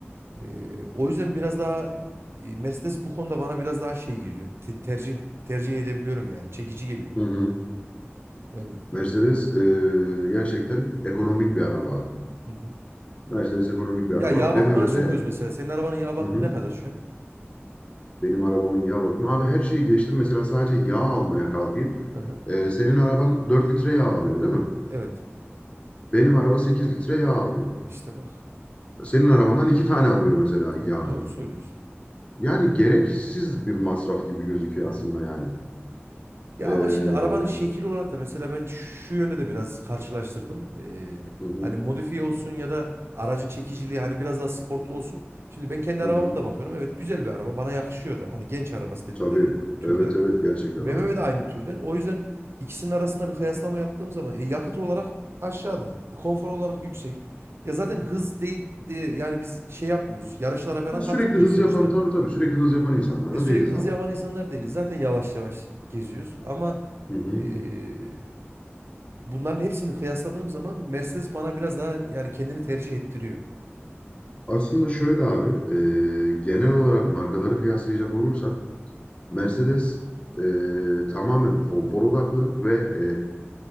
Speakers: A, on the right; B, on the left.
A: Ee, o yüzden biraz daha e, Mercedes bu konuda bana biraz daha şey geliyor. Te- tercih tercih edebiliyorum yani. Çekici geliyor.
B: Hı hı.
A: Yani
B: Mercedes e, gerçekten ekonomik bir araba abi.
A: hı hı.
B: Mercedes ekonomik bir araba.
A: Ya yağ bakımına
B: BMW'de
A: sokuyoruz mesela. Senin arabanın yağ bakımı
B: hı hı,
A: ne kadar şu an?
B: benim arabamın yağ bakımı. Abi her şeyi geçtim. Mesela sadece yağ almaya kalkayım.
A: Aha,
B: E, senin araban 4 litre yağ alıyor değil mi?
A: evet.
B: Benim araba 8 litre yağ alıyor.
A: Ya işte bak.
B: Senin arabandan iki tane alıyor mesela yağı.
A: Evet doğru söylüyorsun.
B: Yani gereksiz bir masraf gibi gözüküyor
A: Hı hı.
B: aslında yani.
A: Ya
B: Ee,
A: ama şimdi arabanın şekil olarak da mesela ben şu yönde de biraz karşılaştırdım. Ee,
B: hı hı,
A: hani modifiye olsun ya da aracın çekiciliği hani biraz daha sportlu olsun. Şimdi ben kendi
B: hı
A: arabama
B: hı.
A: da bakıyorum. Evet güzel bir araba. Bana yakışıyor da. Hani genç arabası dedikleri
B: Tabii.
A: türden.
B: Evet evet gerçekten
A: BMW
B: abi.
A: de aynı türden. O yüzden ikisinin arasında bir kıyaslama yaptığım zaman e, yakıt olarak aşağıda, konfor olarak yüksek. Ya zaten hız değil de yani biz şey yapmıyoruz. Yarışlara falan
B: Ya sürekli
A: katılmıyoruz
B: hız
A: sonuçta.
B: yapan tabii tabii sürekli hız yapan insanlar
A: E,
B: da
A: sürekli
B: değiliz
A: hız
B: abi.
A: yapan insanlar değiliz. Zaten yavaş yavaş geziyoruz. Ama
B: Hı hı.
A: e, bunların hepsini kıyasladığım zaman Mercedes bana biraz daha yani kendini tercih ettiriyor.
B: Aslında şöyle abi e, genel olarak markaları kıyaslayacak olursak Mercedes e, tamamen konfor odaklı ve e,